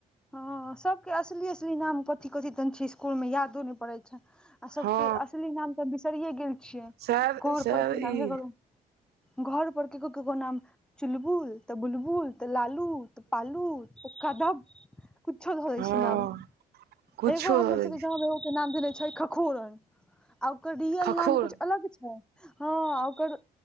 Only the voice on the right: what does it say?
हँ
शायद शायद
ई
हँ
कुछो
द दै
छै
खखोर